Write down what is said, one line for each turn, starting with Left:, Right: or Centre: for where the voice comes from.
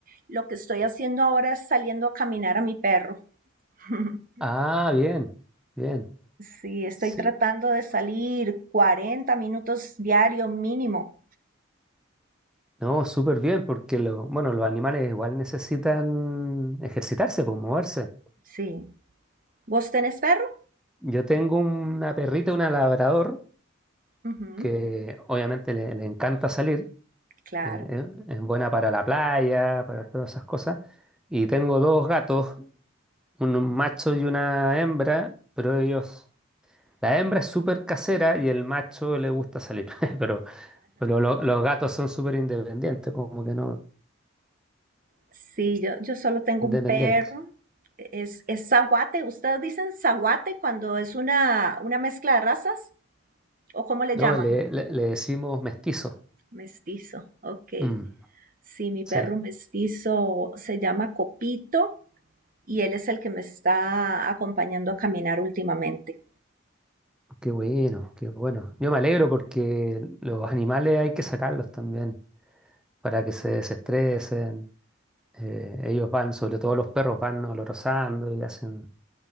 Right: lo que estoy haciendo ahora es saliendo a caminar a mi perro. <laughs>
Centre: Ah, bien, bien.
Right: Sí, estoy
Centre: Sí.
Right: tratando de salir 40 minutos diario mínimo.
Centre: No, súper bien, porque lo, bueno, los animales igual necesitan ejercitarse, pues moverse.
Right: Sí. ¿Vos tenés perro?
Centre: Yo tengo una perrita, una labrador,
Right: Ujú,
Centre: que obviamente le, le encanta salir,
Right: Claro.
Centre: eh, es es buena para la playa, para todas esas cosas. Y tengo dos gatos, un macho y una hembra, pero ellos... La hembra es súper casera y el macho le gusta salir, <laughs> pero, pero lo- los gatos son súper independientes, como que no,
Right: Sí, yo, yo solo tengo
Centre: independientes.
Right: un perro. Es, es zaguate. ¿Ustedes dicen zaguate cuando es una, una mezcla de razas? ¿O cómo le
Centre: No,
Right: llaman?
Centre: le, le- le decimos mestizo.
Right: Mestizo, ok.
Centre: Mm,
Right: Sí, mi perro
Centre: sí,
Right: mestizo se llama Copito y él es el que me está acompañando a caminar últimamente.
Centre: qué bueno, qué bueno. Yo me alegro porque los animales hay que sacarlos también para que se desestresen. Eh, ellos van, sobre todo los perros, van olorosando y hacen